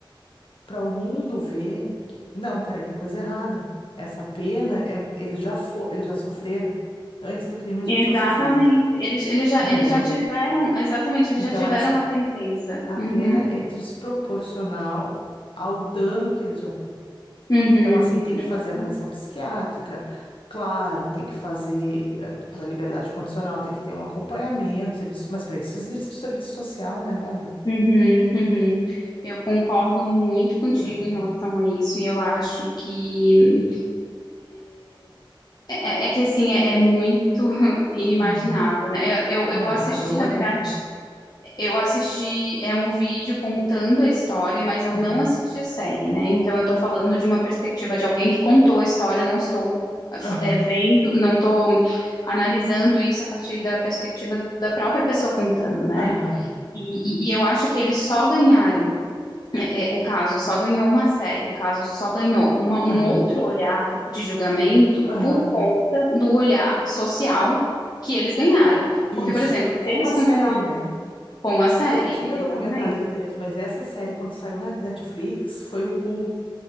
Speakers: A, on the left; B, on the left.
A: para o mundo ver que. Não, peraí, tem coisa errada. Essa pena, é, eles já fo- eles já sofreram. Antes do crime, eles
B: Exatamente.
A: já tinham sofrido.
B: Eles, eles já,
A: Entendeu?
B: eles já tiveram, exatamente, eles
A: Então,
B: já tiveram
A: essa
B: a sentença.
A: a
B: Uhum,
A: pena é desproporcional ao dano que eles já têm.
B: uhum,
A: Então, assim, tem que
B: exatamente.
A: fazer avaliação psiquiátrica, claro, tem que fazer eh, para liberdade condicional, tem que ter um acompanhamento, serviço, mas para isso existe serviço social, né, Bárbara?
B: Uhum, uhum. Eu concordo muito contigo
A: É.
B: em relação a isso, e eu acho que É, é é que assim, é, é muito <laughs> inimaginável,
A: Hum.
B: né? Eu,
A: Na-
B: eu, eu assisti,
A: a dor
B: na verdade,
A: é.
B: eu assisti é um vídeo contando a história, mas eu
A: Aham,
B: não assisti a série, né? Então eu tô falando de uma perspectiva de alguém que contou a história, não estou
A: aham,
B: é, vendo, não tô analisando isso a partir da perspectiva da própria pessoa contando, né?
A: aham,
B: E, e, e eu acho que eles só ganharam é, o caso só ganhou uma série, o caso só ganhou uma-
A: aham,
B: um outro olhar de julgamento
A: aham.
B: por conta do olhar social que eles ganharam.
A: Isso,
B: Porque, por exemplo,
A: com
B: se eles
A: a
B: continuar
A: série, né?
B: com a série,
A: Porque já tinha
B: exatamente,
A: documentários anteriores, mas essa série, quando saiu na Netflix, foi o boom.